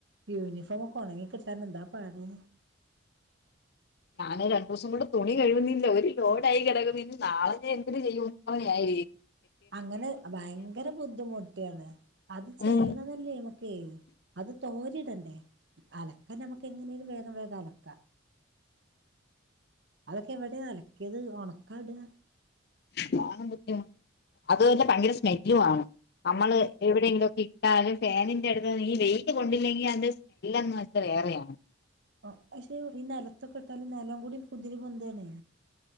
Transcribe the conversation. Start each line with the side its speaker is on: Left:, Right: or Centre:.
Right: യൂണിഫോമൊക്കെ ഒണങ്ങി കിട്ടാൻ എന്താ പണി
Left: ഞാൻ രണ്ടു ദിവസം കൊണ്ട് തുണി കഴുകുന്നില്ല ഒരു ലോഡായി കിടക്കുന്ന് ഇനി നാളെ എന്ത്ര് ചെയ്യും <unintelligible>
Right: അങ്ങനെ ഭയങ്കര ബുദ്ധിമുട്ട്ണ് അത് ചെയ്യണത്.
Left: ഉം
Right: <unintelligible> അത് തോരണ്ടണ്ടെ അലക്കല് നമുക്ക് എങിനെലുംവോകം. വോ അലക്ക അതൊക്കെ എവിടെ അലക്കിയത് ഉണക്കാടാ?
Left: <unintelligible> അത് ഭയങ്കര സ്മെല്ലു ആണ് നമ്മള് എവിടെയെങ്കിലും ഇട്ടാലും ഫാനിൻന്റെ അടുത്ത് നീ വെയിൽ കൊണ്ടില്ലെങ്കിൽ സ് എല്ലന്ന് വെച്ചാൽ വേറെയാണ്.
Right: ഓ പക്ഷെ ഈ നെലത്തൊക്കെ ഇട്ടാലും നെലം കൂടി കുതിര് പൊന്താണെ